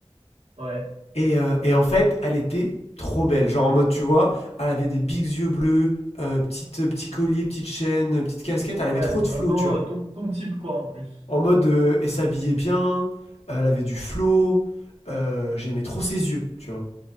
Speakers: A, on the right; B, on the left.
A: ouais.
B: Et, euh, et en fait, elle était trop belle. Genre en mode, tu vois, elle avait des bigs yeux bleus, euh, petite, petit collier, petite chaîne, petite casquette. Elle avait
A: Ouais,
B: trop
A: bon,
B: de flow,
A: vraiment
B: tu vois.
A: euh, ton, ton type quoi en plus.
B: En mode, euh, elle s'habillait bien, elle avait du flow. euh, J'aimais trop ses yeux, tu vois.